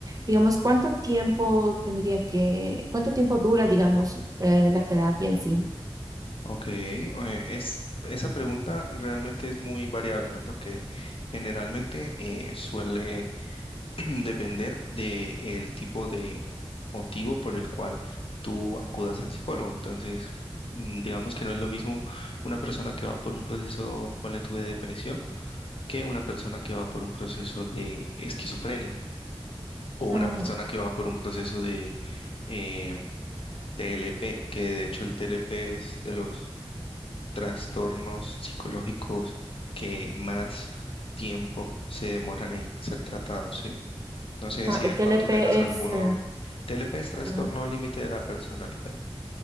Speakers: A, on the right; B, on the left.
A: digamos, ¿cuánto tiempo tendría que, cuánto tiempo dura, digamos, eh, la terapia en sí?
B: Ok, eh, es, esa pregunta realmente es muy variable, ¿no? Porque generalmente eh, suele depender del tipo de motivo por el cual tú acudas al psicólogo. Entonces, mm, digamos que no es lo mismo una persona que va por un proceso, ponle tú, de depresión, que una persona que va por un proceso de esquizofrenia o
A: Ah,
B: una persona
A: ok.
B: que va por un proceso de eh, TLP, que de hecho el TLP es de los trastornos psicológicos que más tiempo se demoran en ser tratados, ¿sí? No sé
A: Ah,
B: si
A: el
B: de pronto
A: TLP
B: tengas alguno.
A: es, eh,
B: TLP es trastorno
A: ah, perdón.
B: límite de la personalidad.